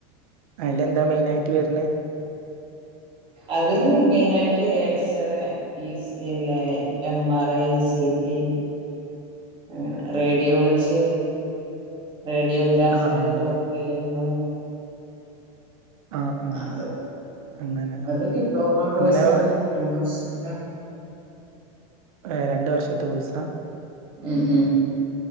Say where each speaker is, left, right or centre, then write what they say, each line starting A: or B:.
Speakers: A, on the right (about 75°); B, on the right (about 30°).
A: അയിൽ എന്താ മെയിനായിട്ട് വരണ
B: അയ്ല് മെയിന ആയിട്ട് എക്സ്റേ ഈ സി എ ല്ലെ M R I C T അങ്ങനെ റേഡിയോളജിയറി റേഡിയോഗ്രാഫറായിട്ട്
A: ആഹ് ആഹ് അതെ
B: വർക്ക് ചെയ്യുന്നത്
A: ആഹ് ആഹ്
B: അതെ
A: അങ്ങനെ
B: അത് ഡിപ്ലോമ കോഴ്സാണ്
A: അങ്ങനെ
B: രണ്ട് വർഷട്ട
A: ഏഹ് രണ്ട വർഷത്ത കോയ്സാ
B: ഉം ഉം